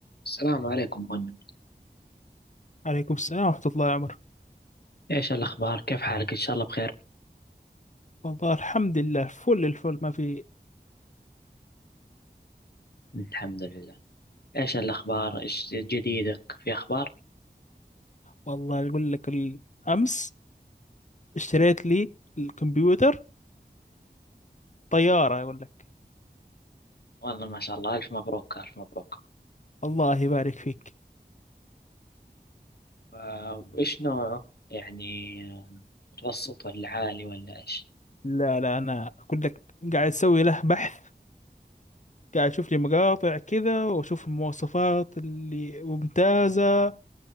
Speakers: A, on the left; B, on the left.
A: السلام عليكم منى
B: عليكم السلام ورحمة الله يا عمر
A: ايش الاخبار كيف حالك ان شاء الله بخير
B: والله الحمد لله فل الفل ما في
A: الحمد لله ايش الاخبار ايش جديدك في اخبار
B: والله أقول لك ال- أمس اشتريت لي الكمبيوتر طيارة أقول لك
A: والله ما شاء الله الف مبروك الف مبروك
B: الله يبارك فيك
A: آه، وايش نوعه يعني آه، متوسط ولا عالي ولا ايش
B: لا لا أنا أقول لك قاعد أسوي له بحث قاعد أشوف لي مقاطع كذا وأشوف المواصفات اللي ممتازة